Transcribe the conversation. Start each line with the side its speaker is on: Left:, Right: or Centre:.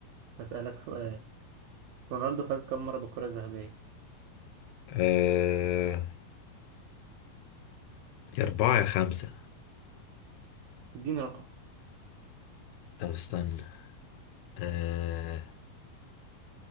Right: هسألك سؤال رونالدو فاز كم مرة بالكرة الذهبية
Left: آه... يا أربعة يا خمسة
Right: اديني رقم
Left: طب استنى آه...